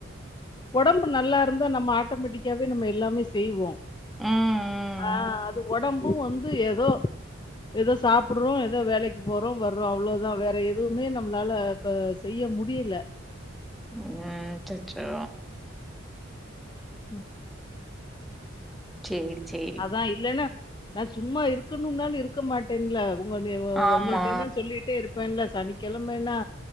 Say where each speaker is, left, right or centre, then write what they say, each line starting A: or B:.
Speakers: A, on the left; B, in the centre.
A: ஒடம்பு நல்லா இருந்தா நம்ம ஆட்டோமேட்டிக்காவே நம்ம எல்லாமே செய்வோ
B: ம் ம்
A: ஆ அத் ஒடம்பு வந்து ஏதோ ஏதோ சாப்புர்றோ ஏதோ வேலக்கி போறோ வர்றோ அவ்ளோதா வேற எதுவுமே நம்ளால இப்ப செய்ய முடியல
B: ம் அச்சச்சோ
A: ம்
B: சேரி சேரி
A: அதா இல்லன்னா நா சும்மா இருக்கணும்னாலு இருக்கமாட்டேன்ல உங்கனேவுவ
B: ஆமா
A: உங்கள்டேல்லா சொல்லிட்டே இருப் பன்ல சனிக்கெழமன்னா